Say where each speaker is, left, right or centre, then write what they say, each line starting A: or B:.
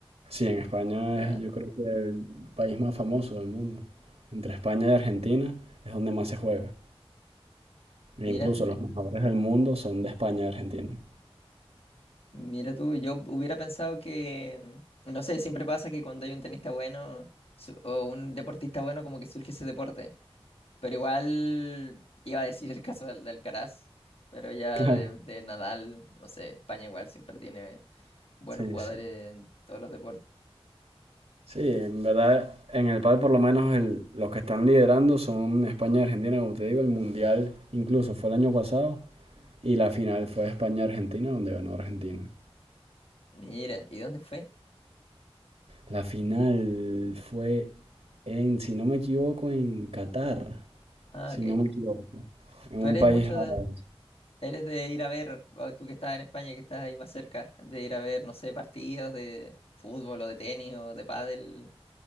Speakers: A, on the right; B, on the left.
A: Sí, en España
B: Nada.
A: es yo creo que el país más famoso del mundo. Entre España y Argentina es donde más se juega. E
B: Mira,
A: incluso
B: eh,
A: los mejores del mundo son de España y Argentina.
B: mira tú, yo hubiera pensado que, mm, no sé, siempre pasa que cuando hay un tenista bueno su- o un deportista bueno, como que surge ese deporte. Pero igual iba a decir el caso del, del Alcaraz, pero ya
A: Claro,
B: de, de Nadal, no sé, España igual siempre tiene buenos
A: sí,
B: jugadores
A: sí.
B: en todos los deportes.
A: Sí, en verdad, en el pádel por lo menos el- los que están liderando son España y Argentina, como te digo, el mundial incluso fue el año pasado Y la final fue España-Argentina, donde ganó Argentina.
B: Mira, ¿y dónde fue?
A: La final fue en, si no me equivoco, en Qatar,
B: Ah,
A: si
B: ok.
A: no me equivoco, en
B: ¿Tú
A: un
B: eres
A: país
B: mucho
A: árabe.
B: de, Eres de ir a ver, bueno, tú que estás en España, que estás ahí más cerca, de ir a ver, no sé, partidos de fútbol o de tenis o de pádel